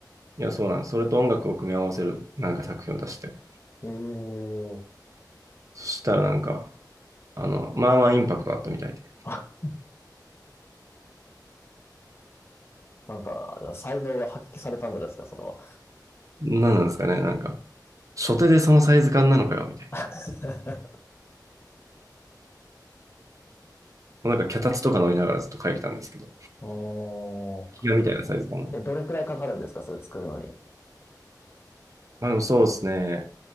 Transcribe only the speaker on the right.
いや、そうなんです。それと音楽を組み合わせるなんか作品を出して。
そしたらなんか、あの、まあまあインパクトあったみたいで。
何なんですかね、なんか、初手でそのサイズ感なのかよ、みたいな。
もうなんか脚立とか乗りながらずっと書いてたんですけど、
ギガみたいなサイズ感の。
まあでもそうですね。